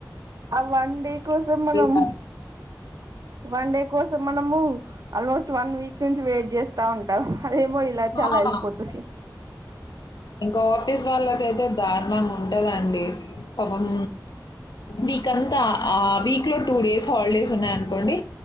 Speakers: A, on the right (about 55°); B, on the left (about 65°).
A: ఆ వన్ డే కోసం మనం
B: దారుణం.
A: వన్ డే కోసం మనము ఆల్మోస్ట్ వన్ వీక్ నుంచి వెయిట్ చేస్తా ఉంటాము అదేమో ఇలా వచ్చి
B: ఆ!
A: అలా ఎల్పోతాది.
B: ఇంకా ఆఫీస్ వాళ్ళకైతే దారుణంగా ఉంటాదండి పాపం వీక్ అంతా ఆ వీక్ లో టూ డేస్ హాలిడేస్ ఉన్నాయి అనుకోండి